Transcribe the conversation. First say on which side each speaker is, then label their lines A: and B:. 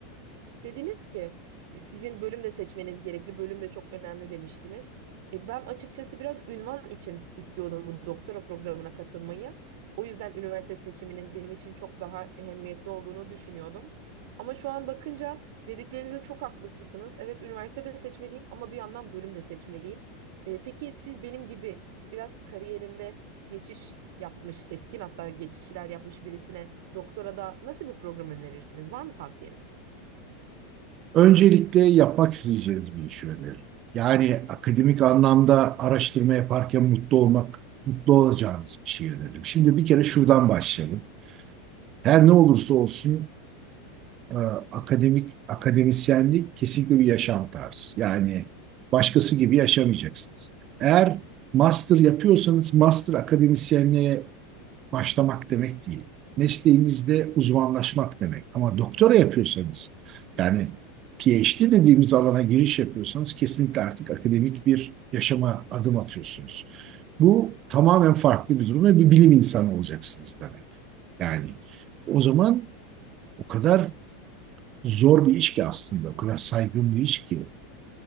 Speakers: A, on the right; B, on the right.
A: Dediniz ki "E, sizin bölüm de seçmeniz gerekli, bölüm de çok önemli demiştiniz. E, ben açıkçası biraz ünvan için istiyordum bu doktora programına katılmayı. O yüzden üniversite seçiminin benim için çok daha ehemmiyetli olduğunu düşünüyordum. Ama şu an bakınca dediklerinize çok haklısınız. Evet üniversite de seçmeliyim ama bir yandan bölüm de seçmeliyim. E, peki siz benim gibi biraz kariyerinde geçiş yapmış, keskin hatta geçişler yapmış birisine doktora da nasıl bir program önerirsiniz? Var mı tavsiyeniz?
B: Öncelikle yapmak isteyeceğiniz bir iş önerir. Yani akademik anlamda araştırma yaparken mutlu olmak, mutlu olacağınız bir şey öneririm. Şimdi bir kere şuradan başlayalım. Her ne olursa olsun e, akademik akademisyenlik kesinlikle bir yaşam tarzı. Yani başkası gibi yaşamayacaksınız. Eğer master yapıyorsanız master akademisyenliğe başlamak demek değil. Mesleğinizde uzmanlaşmak demek. Ama doktora yapıyorsanız yani PhD dediğimiz alana giriş yapıyorsanız kesinlikle artık akademik bir yaşama adım atıyorsunuz. Bu tamamen farklı bir durum ve bir bilim insanı olacaksınız demek. Yani o zaman o kadar zor bir iş ki aslında, o kadar saygın bir iş ki.